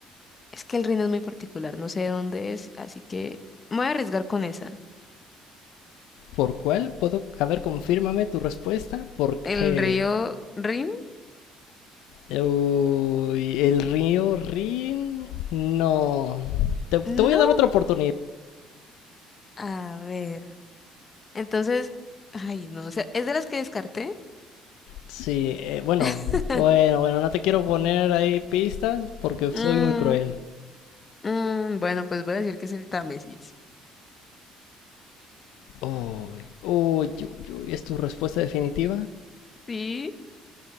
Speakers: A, on the left (about 35°); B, on the left (about 80°).
A: es que el Rin es muy particular, no sé de dónde es, así que me voy a arriesgar con esa.
B: ¿Por cuál puedo? A ver, confírmame tu respuesta porque...
A: ¿El río Rin?
B: Uy, el río Rin... No. Te, te
A: No.
B: voy a dar otra oportunidad.
A: A ver. Entonces, ay, no, o sea, es de las que descarté.
B: Sí, eh, bueno.
A: <laughs>
B: Bueno, bueno, no te quiero poner ahí pistas porque soy
A: Mm,
B: muy cruel.
A: Mm, bueno, pues voy a decir que es el Támesis.
B: Uy, uy, uy, uy, ¿es tu respuesta definitiva?
A: Sí.